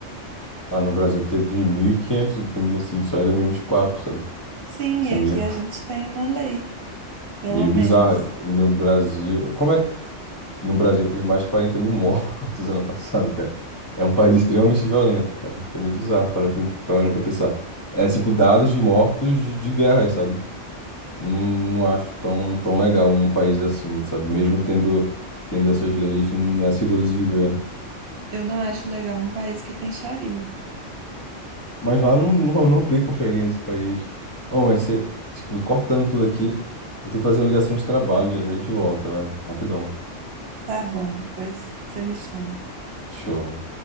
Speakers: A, on the left (about 20°); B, on the right (about 65°).
A: Ah, no Brasil teve 1.500 feminicídios só em 2024, sabe?
B: Sim,
A: Isso
B: e
A: é
B: aqui
A: meio
B: a gente tem uma lei, pelo
A: Meio
B: menos.
A: bizarro. E no Brasil. Como é que. e No Brasil teve mais de 40 mil mortos <laughs> ano passado, cara. É um país extremamente violento, cara. É meio bizarro para para parando pra pensar. É tipo dados de mortos de, de guerra, sabe? Não, não acho tão, tão legal um país assim, sabe? Mesmo tendo, tendo essas leis, não é seguro de viver.
B: Eu não acho legal um país que tem xaria.
A: Mas lá não, <laughs> não, não aplicam xaria nesse país. Oh, mas você. Tipo, cortando tudo aqui, vou ter que fazer uma ligação de trabalho, já a gente volta, velho. Rapidão.
B: Tá bom, depois você me chama.
A: Show.